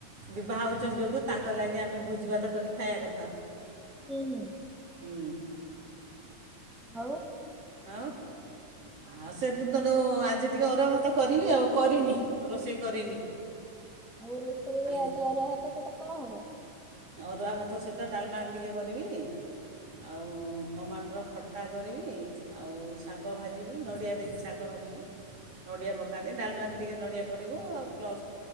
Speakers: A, on the right; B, in the centre.
A: ବିବାହ ହେଉଛନ୍ତି ଯେଉଁଠୁ ତାଙ୍କ ଲାଗି ଆମେ ଭୋଜି ଭାତ କରିକି ଖାଇବା କଥା।
B: ହୁଁ ହୁଁ।
A: ହୁଁ।
B: ଆଉ
A: ଆଉ ଆଉ ସେୁ ତେଣୁ ଆଜି ଟିକେ ଅରୁଆ ଭାତ କରିବି ଆଉ କରିନି ରୋଷେଇ କରିନି।
B: ଆଉ ରୋଷେଇ
A: ଖାଲି
B: ରେ ଆଜି ଅରୁଆ ଭାତ ସହିତ କଣ ହବ?
A: ଅୁରୁଆ ଭାତ ସହିତ ଡାଲମା ଟିକେ କରିବି। ଆଉ ଟମାଟର ଖଟା କରିବି ଆଉ ଶାଗ ଭା ଭାଜିବି ନଡ଼ିଆ ଦେଇକି ଶାଗ ଭାଜିବି। ନଡିଆ ପକାନ୍ତି ଡାଲମାରେ। ଟିକେ ନଡ଼ିଆ ପଡ଼ିବ ଆଉ ପ୍ଲସ୍